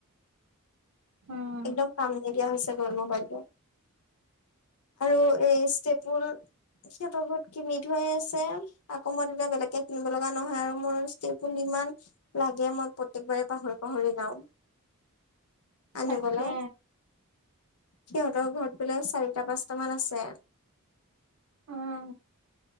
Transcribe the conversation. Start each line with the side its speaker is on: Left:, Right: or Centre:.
Right: উম,
Left: একদম কাম নিদিয়া হৈছে গৈ মোবাইলটো আৰু এই ষ্টেপুল সিহঁতৰ ঘৰত কিনি থোৱাই আছে আকৌ মই তেতিয়া বেলেগকে কিনিব লগা নহয় আৰু মোৰ ষ্টেপুল ইমান লাগে মই প্ৰত্যেকবাৰে পাহৰি পাহৰি যাওঁ। আনিবলে
Right: তাকে।
Left: সিহঁতৰ ঘৰত বোলে চাৰিটা পাঁচটামান আছে।
Right: উম,